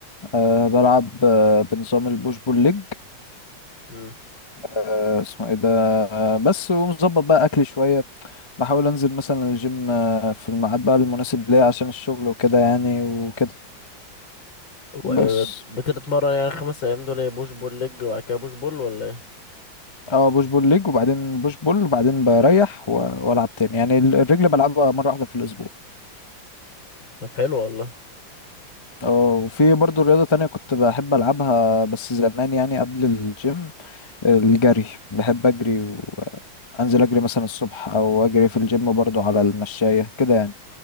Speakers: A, on the left; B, on the left.
A: أه بلعب أه بنظام البوش بول ليج
B: امم
A: أه اسمه ايه ده أه بس ومظبط بقى اكلي شويه بحاول انزل مثلا الجيم أه في الميعاد بقى المناسب ليا عشان الشغل وكده يعني وكده
B: و-
A: بس
B: آه، بتتمرن يعني خمس ايام دول ايه بوش بول ليج وبعد كده بوش بول ولا ايه
A: اه بوش بول ليج وبعدين بوش بول وبعدين بريح و- والعب تاني يعني ال- الرجل بلعبها مره واحده في الاسبوع
B: طب حلو والله
A: اه وفي برضو رياضه تانية كنت بحب العبها بس زمان يعني قبل الجيم الجري بحب اجري وانزل اجري مثلا الصبح او اجري في الجيم برضو على المشاية كده يعني